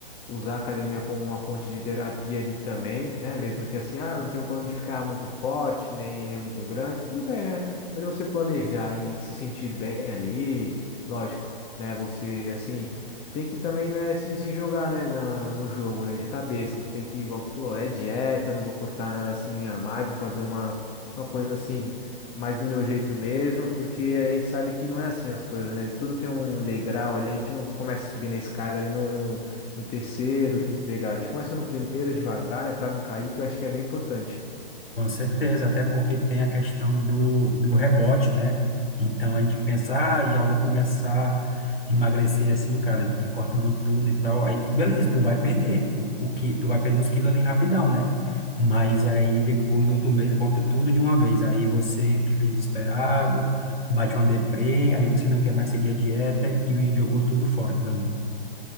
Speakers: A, on the left; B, on the left.
A: usar a academia como uma fonte de terapia ali também, né? Mesmo que assim, ah, não tem um plano de ficar muito forte, nem, nem muito grande, tudo bem, né? Mas você planejar em se sentir bem ali, lógico, né? Você, assim, tem que também, né, se, se jogar, né, na, no jogo, né, de cabeça. Você tem que, igual você falou, é dieta, não vou cortar nada assim a mais, vou fazer uma, uma coisa assim. Mais do meu jeito mesmo, porque a gente sabe que não é assim as coisas, né? Tudo tem um degrau ali, a gente não começa a subir na escada ali no no terceiro, quinto degrau. A gente começa no primeiro devagar, né, para não cair, que eu acho que é bem importante.
B: Com certeza, até porque tem a questão do, do rebote, né? Então a gente pensa, ah, já vou começar a emagrecer assim, cara, e cortando tudo e tal. Aí, beleza, tu vai perder o, o que, tu vai perder os quilos ali rapidão, né? Mas aí depois, no outro mês, volta tudo de uma vez. Aí você fica desesperado, bate uma deprê, aí você não quer mais seguir a dieta e, e jogou tudo fora aquilo ali.